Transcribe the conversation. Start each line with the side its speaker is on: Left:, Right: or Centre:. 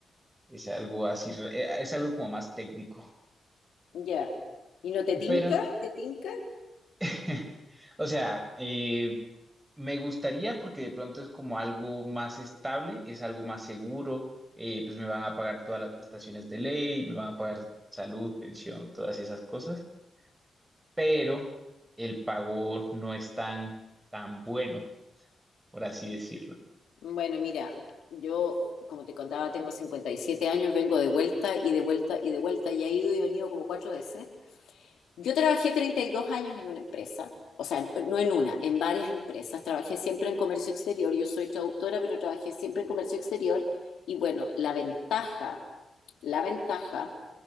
Right: es algo así, re- eh, es algo como más técnico.
Left: ya. ¿Y no te tinca?
Right: Pero,
Left: ¿Te tinca?
Right: <laughs> o sea, eh, me gustaría porque de pronto es como algo más estable, es algo más seguro, eh, pues me van a pagar todas las prestaciones de ley, me van a pagar salud, pensión, todas esas cosas, pero el pago no es tan, tan bueno, por así decirlo.
Left: Bueno, mira, yo, como te contaba, tengo 57 años, vengo de vuelta y de vuelta y de vuelta y he ido y venido como cuatro veces. Yo trabajé 32 años en una empresa, o sea, no en una, en varias empresas. Trabajé siempre en comercio exterior, yo soy traductora, pero trabajé siempre en comercio exterior. Y bueno, la ventaja, la ventaja